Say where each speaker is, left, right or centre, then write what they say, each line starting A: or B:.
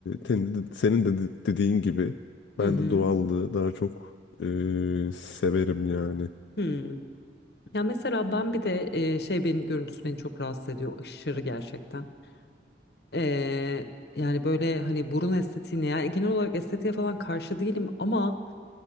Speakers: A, on the left (about 85°); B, on the left (about 65°).
A: senin de, senin de de- dediğin gibi
B: Hı
A: ben
B: hı.
A: de doğallığı daha çok e, severim yani.
B: Hı. Ya mesela ben bir de e, şey benim görüntüsü beni çok rahatsız ediyor aşırı gerçekten. E, yani böyle hani burun estetiğine yani genel olarak estetiğe falan karşı değilim ama